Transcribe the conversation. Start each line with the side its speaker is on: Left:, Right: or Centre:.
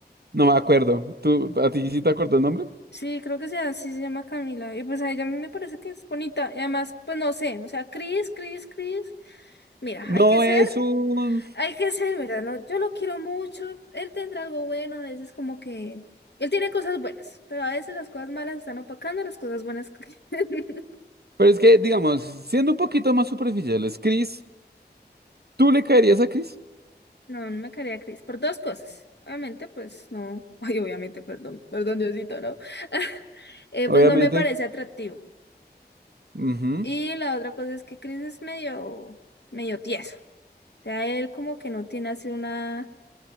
Right: No me acuerdo. ¿Tú, a ti sí te acuerdas el nombre?
Left: Sí, creo que sea así, se llama Camila. Y pues a ella me parece que es bonita. Y además, pues no sé, o sea, Chris, Chris, Chris. Mira,
Right: No
Left: hay que ser
Right: es un...
Left: Hay que ser, ¿verdad? No, yo lo quiero mucho. Él tendrá algo bueno, a veces como que... Él tiene cosas buenas, pero a veces las cosas malas están opacando las cosas buenas. que- <laughs>
Right: Pero es que, digamos, siendo un poquito más superficiales, Chris, ¿tú le caerías a Chris?
Left: No, no me caería a Chris. Por dos cosas. Obviamente, pues no. <laughs> Ay, obviamente, perdón. Perdón, Diosito, ¿no? <laughs> Eh,
Right: Obviamente.
Left: pues no me parece atractivo.
Right: Ujú,
Left: Y la otra cosa es que Chris es medio, medio tieso. O sea, él como que no tiene así una...